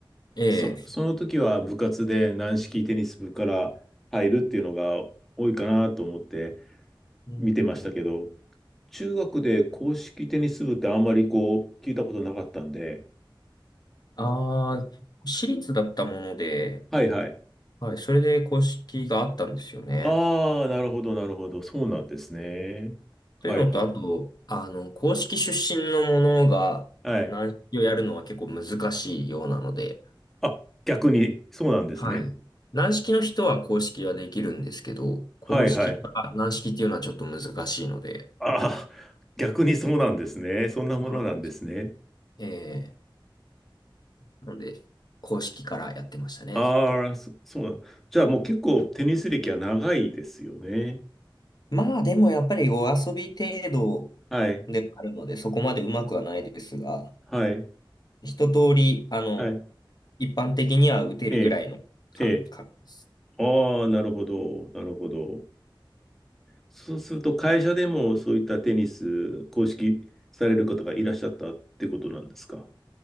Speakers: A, on the left; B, in the centre.
A: ええ。
B: そ、その時は部活で軟式テニス部から入るっていうのが多いかなと思って
A: うんうんうん。
B: 見てましたけど、中学で硬式テニス部ってあんまりこう聞いたことなかったんで、
A: ああ、私立だったもので、
B: はいはい。
A: はい、それで公式があったんですよね。
B: ああ、なるほどなるほど。そうなんですね。はいはい。
A: というのと、あと、あの、公式出身のものが軟式をやるのは結構難しいようなので、
B: はい。あ、逆にそうなんですね。
A: はい。軟式の人は公式はできるんですけど、公式から軟式っていうのはちょっと難しいので、
B: はいはい。ああ、逆にそうなんですね。そんなものなんですね。
A: そうなんえー、なので、公式からやってましたね、
B: ああ、
A: ずっと。
B: そ、そうなん。じゃあもう結構テニス歴は長いですよね。
A: まあ、でもやっぱりお遊び程度
B: はい。
A: ではあるので、そこまでうまくはないですが、
B: はい。
A: 一通り、あの、
B: はい。
A: 一般的には打てるぐらいの感覚です。
B: ええ。ええ。ああ、なるほど。なるほど。そうすると、会社でもそういったテニス、公式される方がいらっしゃったってことなんですか